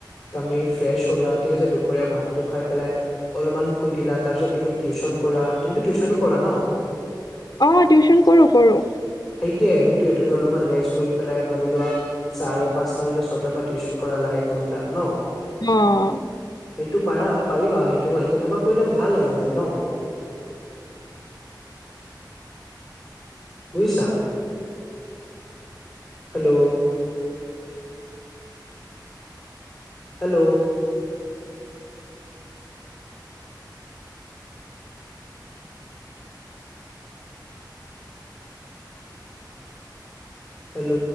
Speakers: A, in the centre; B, on the left.
A: তুমি ফ্ৰেছ হ'লা, ঠিক আছে দুপৰীয়া ভাতটো খাই, পেলাই অলপমান শুই দিলা, তাৰপিছত তুমি টিউশচন কৰা, তুমিতো টিউচনউ কৰা ন।
B: অহ, টিউচন কৰো, কৰো।
A: সেয়া, সেইটোৱে তুমি অলপমান ৰেইজ কৰি পেলাই ভাবিলো, চাৰে পাঁচটা নহলে, ছয়টাৰ পৰা টিউচন কৰালা, একঘণ্টা ন।
B: অহ।
A: সেইটো পাৰা, পাৰিবা সেইটো। তেনেকুৱা কৰিলে, ভাল আৰু মানে ন। বুজিছা। হেল্ল। ‍ হেল্ল। হেল্ল।